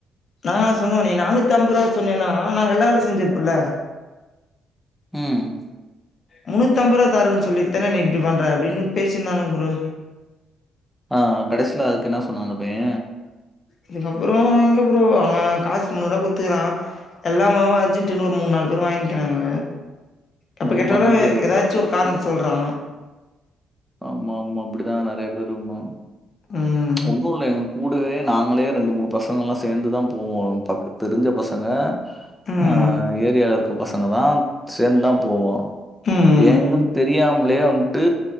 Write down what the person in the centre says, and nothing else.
ம்
ஆ கடைசியில அதுக்கு என்ன சொன்னா அந்த பைய
ஒண்ணும்
பண்ண முடியாது.
ஆமா ஆமா அப்டிதா நெறைய பேரு பண்ணாங்க
ஒண்ணு இல்ல எங்க கூடவே நாங்களே ரெண்டு மூணு பசங்க எல்லா சேந்து தா போவோ பக் தெரிஞ்ச பசங்க
ஆ ஏரியால இருக்க பசங்க தா சேந்து தா போவோ
எங்களுக் தெரியாமலே வன்ட்டு